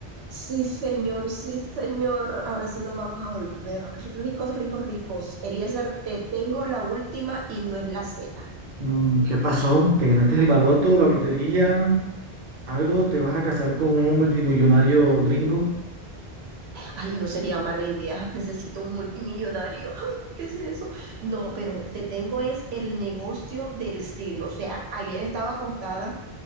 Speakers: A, on the right (about 80°); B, on the right (about 50°).
A: Sí, señor, sí, señor. Ahora sí nos vamos a volver ricos, ricos, ricos. Eliezer, te tengo la última y no es la Z.
B: Mm, ¿Qué pasó? ¿Te ganaste el baloto, la lotería? ¿Algo? ¿Te vas a casar con un multimillonario gringo?
A: Ay, no sería mala idea. Necesito un multimillonario. Ay, ¿qué es eso? No, pero te tengo es el negocio del siglo. O sea, ayer estaba acostada